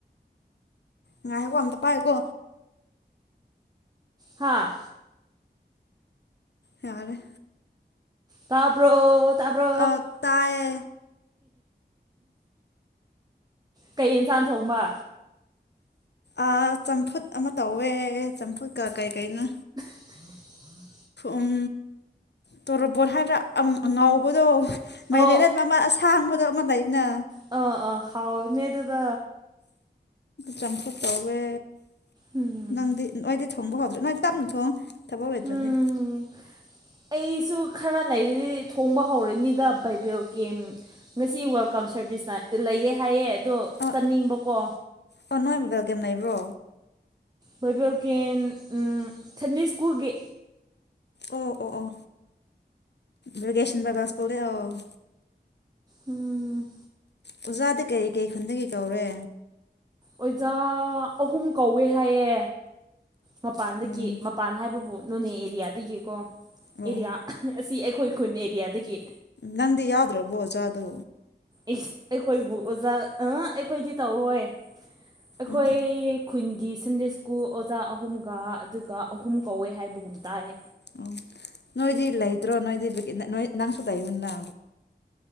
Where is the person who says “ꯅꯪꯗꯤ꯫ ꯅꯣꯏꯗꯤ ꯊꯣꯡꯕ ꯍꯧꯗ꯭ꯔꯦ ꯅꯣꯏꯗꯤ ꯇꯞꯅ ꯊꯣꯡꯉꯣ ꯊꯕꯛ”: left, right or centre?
Left